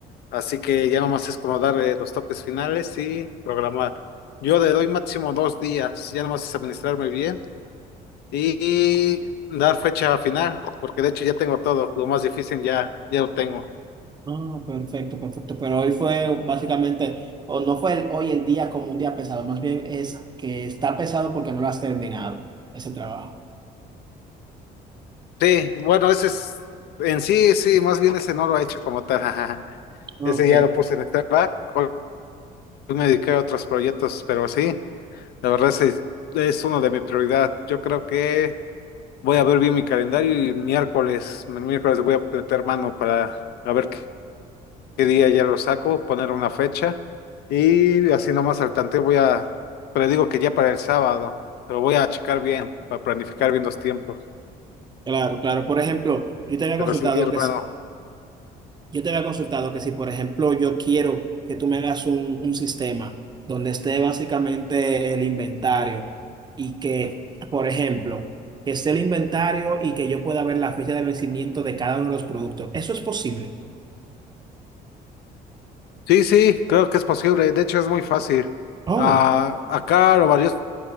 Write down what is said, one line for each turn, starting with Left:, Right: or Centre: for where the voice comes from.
Left: Así que ya nomás es como dar eh, los toques finales y programar. Yo le doy máximo dos días, ya nomás es administrarme bien y, dar fecha final, porque de hecho ya tengo todo, lo más difícil ya, ya lo tengo.
Right: Ah, perfecto, perfecto. Pero hoy fue básicamente, o no fue el- hoy el día como un día pesado, más bien es que está pesado porque no lo has terminado, ese trabajo.
Left: Sí, bueno, ese es, en sí, sí, más bien ese no lo he hecho como tal, <laughs> ajá.
Right: Ah,
Left: Ese
Right: Ok,
Left: ya lo puse en back hoy me dediqué a otros proyectos, pero sí, la verdad ese es, es uno de mi prioridad. Yo creo que Voy a ver bien mi calendario y miércoles, el miércoles le voy a meter mano para a ver qué, qué día ya lo saco, poner una fecha y así nomás al tanteo voy a, pero digo que ya para el sábado, pero voy a checar bien, para planificar bien los tiempos.
Right: claro, claro. Por ejemplo, yo te había
Left: Pero
Right: consultado
Left: sí, hermano.
Right: que, s- yo te había consultado que si, por ejemplo, yo quiero que tú me hagas un, un sistema donde esté básicamente el inventario y que, por ejemplo, que esté el inventario y que yo pueda ver la fecha de vencimiento de cada uno de los productos. ¿Eso es posible?
Left: Sí, sí, creo que es posible, de hecho es muy fácil.
Right: Oh,
Left: Ah, acá lo valioso,